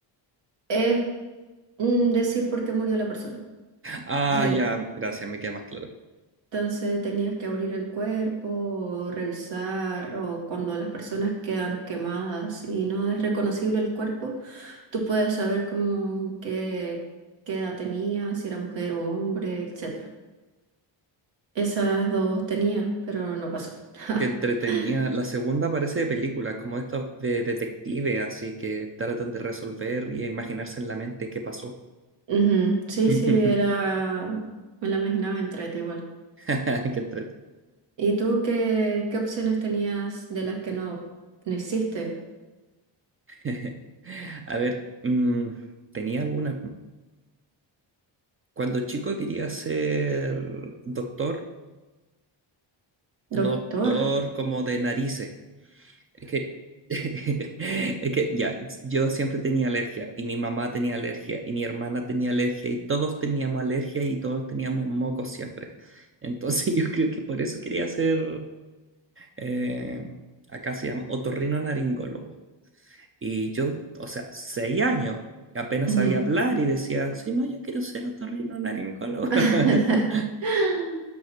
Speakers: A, on the right; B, on the right.
A: Es mm, decir por qué murió la persona.
B: Ah,
A: Entonces,
B: ya, gracias, me queda más claro.
A: entonces tenías que abrir el cuerpo, o revisar, o cuando las personas quedan quemadas y no es reconocible el cuerpo, tú puedes saber cómo, qué, qué edad tenía, si era mujer o hombre, etcétera. Esas dos tenía, pero no pasó. <laughs>
B: que entretenía. La segunda parece de películas, como estos de detective, así que tratan de resolver y imaginarse en la mente qué pasó.
A: Ujú, Sí,
B: <laughs>
A: sí, era, me la imaginaba entrete igual.
B: Qué entrete.
A: ¿Y tú qué, qué opciones tenías de las que no, no hiciste?
B: <laughs> A ver, mm, tenía algunas. Cuando chico quería ser doctor, no
A: Doctor.
B: doctor como de narices. Es que, <laughs> es que ya, yo siempre tenía alergia y mi mamá tenía alergia y mi hermana tenía alergia y todos teníamos alergia y todos teníamos mocos siempre. Entonces <laughs> yo creo que por eso quería ser, eh, acá se llama otorrinolaringólogo. Y yo, o sea, seis años, apenas
A: Ujú.
B: sabía hablar y decía, sí, no, yo quiero ser otorrinolaringólogo.
A: <laughs>
B: <laughs>